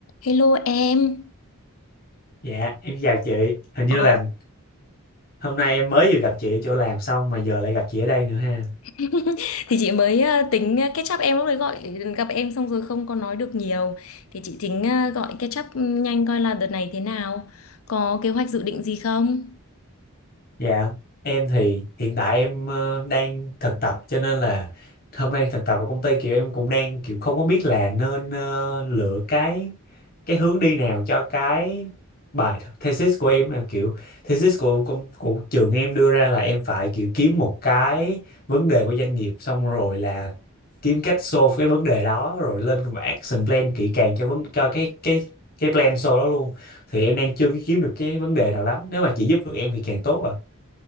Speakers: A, on the left; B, on the left.
A: Hello em.
B: Dạ, em chào chị. Hình như
A: Ờ,
B: là hôm nay em mới vừa gặp chị ở chỗ làm xong mà giờ lại gặp chị ở đây nữa ha.
A: <laughs> thì chị mới ờ, tính ờ, catch up em lúc đấy gọi gặp em xong rồi không có nói được nhiều thì chị tính ờ, gọi catch up nhanh coi là đợt này thế nào, có kế hoạch dự định gì không?
B: Dạ, em thì hiện tại em ờ, đang thực tập cho nên là hôm nay thực tập ở công ty kiểu em cũng đang kiểu không có biết là nên ờ, lựa cái cái hướng đi nào cho cái bài th- thesis của em Em kiểu thesis của, của của trường em đưa ra là em phải kiểu kiếm một cái vấn đề của doanh nghiệp xong rồi là kiếm cách solve cái vấn đề đó rồi lên cái action plan kỹ càng cho vấn cho cái cái cái plan solve đó luôn thì em đang chưa kiếm được cái vấn đề nào lắm nếu mà chị giúp được em thì càng tốt ạ